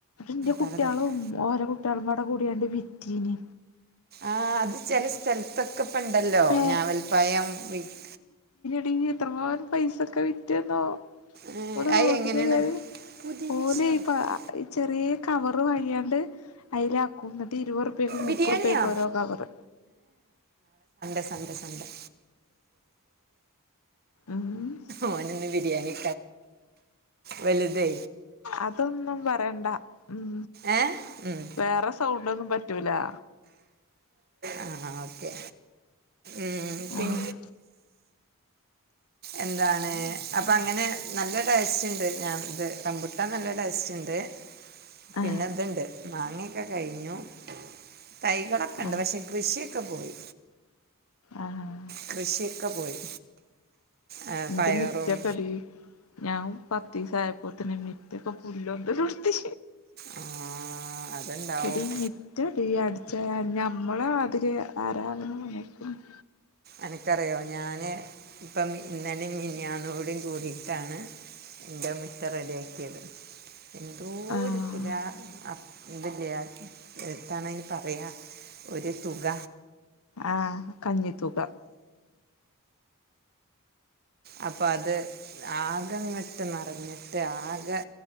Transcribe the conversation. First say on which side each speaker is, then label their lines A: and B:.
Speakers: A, on the left (about 70°); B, on the right (about 45°).
A: ന്റെ കുട്ട്യാളും
B: തല തൊടക്ക്
A: ഓരെ കുട്ട്യാളും <unintelligible> ആ കൂടിയാണ്ട് വിറ്റീന്.
B: ആഹ് അത് ചെല സ്ഥലത്തൊക്കെപ്പോണ്ടല്ലോ
A: പേ
B: ഞാവൽപ്പയം വിക്ക്
A: ഡീ എത്ര പവനാ? പൈസൊക്ക വിറ്റ്ന്നോ?
B: ഏഹ്
A: ഇവിടെ
B: അത്
A: റോട്ടില്
B: എങ്ങനേണ്
A: കേറി
B: പുതിയ
A: ഓല്
B: ഷർട്ട്
A: ഇപ്പ അ ചെറിയ കവറ് വാങ്ങിയാണ്ട് അയിലാക്കും എന്നിട്ട് ഇരുപറുപ്യക്കും
B: ബിരിയാണിയോ
A: മുപ്പറുപ്യക്കും ഓരോ കവറ്.
B: Sunday Sunday.
A: ഉം
B: ഓനിന്ന് ബിരിയാണി വലുതെ
A: അതൊന്നും പറയണ്ട ഉം
B: ഏ ഉം.
A: വേറെ സൗണ്ടൊന്നും പറ്റ് റ്റൂലാ.
B: ആഹ് ഓക്കെ. ഉം പിൻ
A: ആഹ്
B: എന്താണ് അപ്പ അങ്ങനെ നല്ല ടേസ്റ്റ്ണ്ട് ഞാൻ ഇത് റമ്പുട്ടാൻ നല്ല ടേസ്റ്റ്ണ്ട്. പിന്നെ
A: ആഹ്
B: എന്ത്ണ്ട്? മാങ്ങക്കെ കഴിഞ്ഞു. തൈകളൊക്കെണ്ട്
A: ആഹ്
B: പക്ഷേ കൃഷിയൊക്കെ പോയി.
A: അഹ് ആഹ്.
B: കൃഷിക്കെ പോയി. ആ,
A: ഇന്റെ
B: പയറും
A: മിറ്റക്കടി നാം പത്തിസായപ്പോത്ത്ന് മിറ്റൊക്കെ പുല്ലൊന്തൊലൊട്ത്തി.
B: ആ, അതുണ്ടാവും
A: എടി മിറ്റടി അട്ച്ച് ഏ ഞമ്മളെ മാതിരി ആരാന്നും <unintelligible>
B: അനക്കറിയോ ഞാന് ഇപ്പം മി ഇന്നലേം മിനിയാന്നോടിം കൂടിട്ടാണ് ൻ്റെ മുറ്റം റെഡിയാക്കിത്. എന്തോ
A: ആഹ്
B: ഒരു പുലാ ഇത്ല്ലേ എത്താണൈന് പറയാ ഒരു തുക.
A: ആ കഞ്ഞിത്തുക.
B: അപ്പ അത് ആകെങ്ങട്ട് നർഞ്ഞ്ട്ട് ആകെ